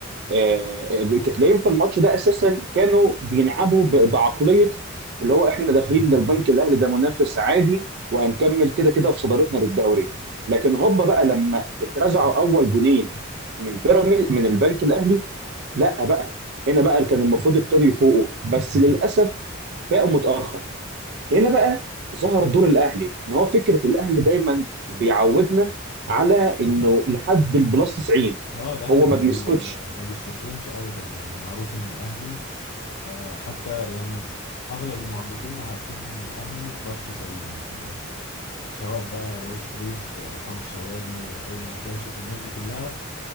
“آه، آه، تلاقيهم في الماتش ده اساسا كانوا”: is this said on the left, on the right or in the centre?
Right